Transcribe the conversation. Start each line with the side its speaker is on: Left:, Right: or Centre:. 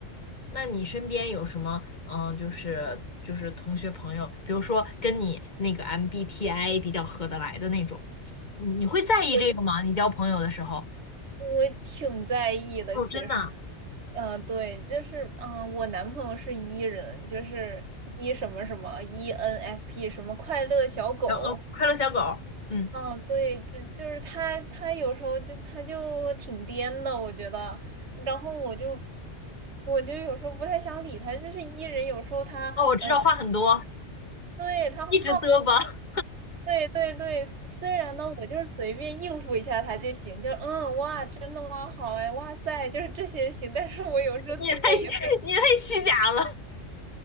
Left: 那你身边有什么嗯、呃就是就是同学朋友，比如说跟你那个 MBTI 比较合得来的那种，你你会在意这个吗？
Right: 我
Left: 你交朋友的时候？
Right: 我挺在意的，
Left: 哦，
Right: 其实。
Left: 真的啊。
Right: 嗯，对，就是啊、我男朋友是 E 人，就是 E 什么什么 ENFP 什么快乐小狗。
Left: 然后哦，快乐小狗，嗯，
Right: 嗯、对，就就是他，他有时候就他就挺颠的，我觉得。然后我就我就有时候不太想理他，就是 E 人，有时候他呃，
Left: 哦，我知道话很多，
Right: 他对他他
Left: 一直嘚吧。
Right: 对对对，虽然呢，我就是随便应付一下他就行，就嗯哇，真的吗？好哎，哇塞，就是这些行。但是我有时候听的也。
Left: 你也太你也太虚假了。